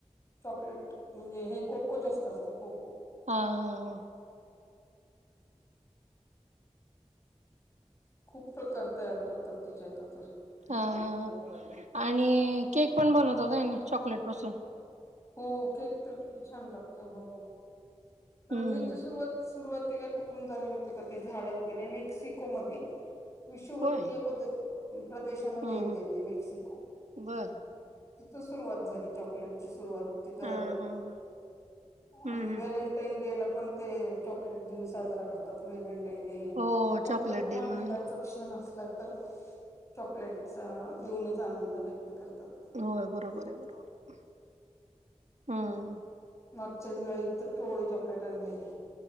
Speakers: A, on the left; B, on the right.
A: चॉकलेट म्हणजे हे कोको जास्तं असतंय कोको
B: हां हां हां
A: खूंप प्रकार तयार करतांत तिच्यांत आंता तरं
B: हां हां आणि केक पणं बनवतांत होयंनी चॉकलेट पासूंन
A: हो केक तरं किती छान लागतं हो परंत
B: हम्म
A: हे
B: हम्म
A: ची सुरुवांत सुरुवांतीला कुंठून झाली माहित आहे कां ती झाडं वगैरें मेक्सिको मध्यें विषुवृत्तीय
B: होय
A: प्रदेशांमध्ये
B: हम्म
A: येते
B: हम्
A: ते मेक्सिको
B: बर
A: तिथून सुरुवांत झाली चॉकलेटची सुरुवांत तिथं
B: हा हा ह हम्म
A: आणि
B: हम्म
A: व्हेले पेंडे लां पणं ते चाकलेट डे साजरां करतांत अर्थात व्हॅलेंटाईन डे
B: हो
A: कोणतं
B: चॉकलेट
A: पणं
B: डे
A: आनंदाच
B: म्हणून
A: क्षण असलां तरं चाकलेटचा देऊनच आनंद व्यंक्त करतांत
B: होयं बरोबर आहे बरोबर आहे हम्मं
A: मागच्यां दिवाळीत तरं केवढे चॉकलेट आणलेले